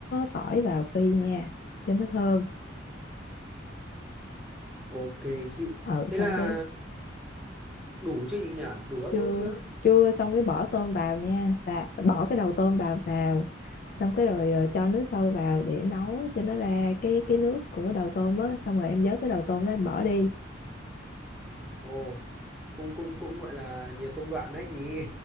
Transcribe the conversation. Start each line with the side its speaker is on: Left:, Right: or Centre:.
Left: tỏi vào phi nha cho nó thơm
Centre: ok chị.
Left: ừ,
Centre: Thế
Left: xong
Centre: là
Left: cái
Centre: đủ chứ chị nhỉ đủ các
Left: chưa
Centre: bước chưa
Left: chưa xong cái bỏ tôm vào nha xà, bỏ cái đầu tôm vào xào xong cái rồi ờ, cho nước sôi vào để nấu cho nó ra cái cái nước của đầu tôm á xong rồi em vớt cái đầu tôm đó em bỏ đi
Centre: ồ cũng cũng cũng gọi là nhiều công đoạn đấy nhỉ